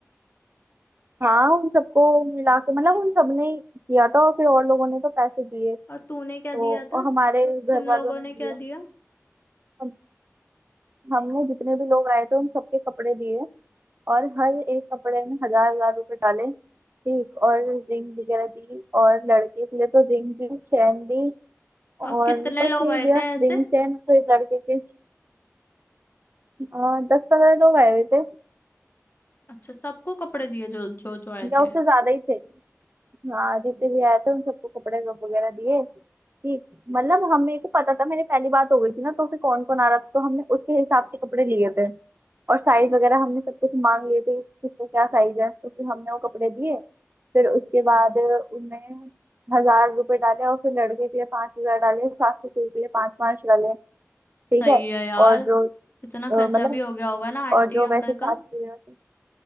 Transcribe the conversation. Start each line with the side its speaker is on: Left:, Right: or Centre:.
Right: हाँ उन सबको मिला के मतलब उन सबने ही किया था और फिर और लोगों ने तो पैसे दिए
Left: और तूने क्या
Right: तो
Left: दिया
Right: और
Left: था
Right: हमारे
Left: और
Right: घर
Left: तुम
Right: वालों
Left: लोगों
Right: ने
Left: ने क्या
Right: दिए
Left: दिया
Right: हम हमने जितने भी लोग आए थे उन सबके कपड़े दिए और हर एक कपड़े में हजार हजार रुपए डाले ठीक और रिंग वगैरह दी और लड़के के लिए तो रिंग दी चैन दी
Left: और
Right: और
Left: कितने
Right: बस
Left: लोग
Right: ये
Left: आए
Right: दिया
Left: थे ऐसे
Right: रिंग चैन तो एक लड़के के अ, दस पंद्रह लोग आए हुए थे
Left: अच्छा सबको कपड़े दिए जो जो जो आए
Right: या
Left: थे
Right: उससे ज्यादा ही थे हाँ जितने भी आए थे उन सबको कपड़े वगैरह दिए ठीक मतलब हमें को पता था मेरी पहली बात हो गई थी ना तो फिर कौन कौन आ रहा था तो हमने उसके हिसाब से कपड़े लिए थे और साइज
Left: <laughs>
Right: वगैरह हमने सब कुछ मांग लिए थे कि किसको क्या साइज है तो फिर हमने वो कपड़े दिए फिर उसके बाद उनमें हजार रुपए डाले और फिर लड़के के लिए पांच हजार डाले सास ससुर के लिए पांच पांच डाले ठीक
Left: सही
Right: है
Left: है यार
Right: और जो
Left: इतना
Right: अ,
Left: खर्चा
Right: मतलब
Left: भी हो गया होगा ना आंटी
Right: और जो वैसे
Left: अंकल
Right: सास
Left: का
Right: ससुर